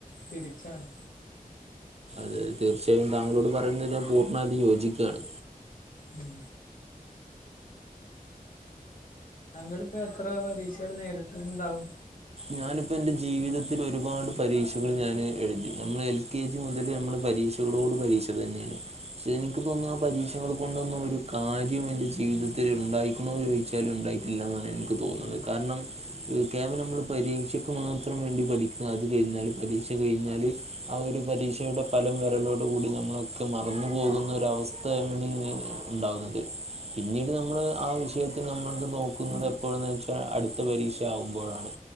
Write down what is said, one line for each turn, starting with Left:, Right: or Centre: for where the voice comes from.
Left: തിരിച്ചാണ്.
Right: ത് തീർച്ചയായും താങ്കളോട് പറയുന്നത് ഞാൻ പൂർണ്ണമായിട്ടും യോജിക്കാണ്.
Left: ഉം ഞങ്ങള്പ്പൊ എത്ര പരീക്ഷകള് നേരിട്ടിട്ടുണ്ടാവും.
Right: ഞാനിപ്പൊന്റെ ജീവിതത്തില് ഒരുപാട് പരീക്ഷകള് ഞാന് എഴുതി നമ്മള് എൽ കെ ജി മുതല് നമ്മള് പരീക്ഷ കളോട് പരീക്ഷ തന്നേണ്. പക്ഷെ എനിക്ക് തോന്നുന്നു ആഹ് പരീക്ഷകൾ കൊണ്ടൊന്നും ഒരു കാര്യം എന്റെ ജീവിതത്തിൽ ഉണ്ടായിക്കണോ ചോദിച്ചാലും ഉണ്ടായി ഇല്ലെന്നാണ് എനിക്ക് തോന്നുന്നത്. കാരണം യുക്യാബില് നമ്മൾ പരീക്ഷക്ക് മാത്രം വേണ്ടി പഠിക്കുക അത് കഴിഞ്ഞാല് പരീക്ഷ കഴിഞ്ഞാല് ആഹ് ഒരു പരീക്ഷയുടെ ഫലം വരലോടു കൂടി നമ്മളൊക്കെ മറന്നു പോകുന്ന ഒരവസ്ഥ സ്ഥാണ് ഉണ്ടാവുന്നത്. പിന്നീട് നമ്മള് ആഹ് വിഷയത്തി നമ്മൾക്ക് നോക്കുന്നത് എപ്പോഴാന്ന് വെച്ചാൽ അടുത്ത പരീക്ഷ ആകുമ്പോഴാണ്.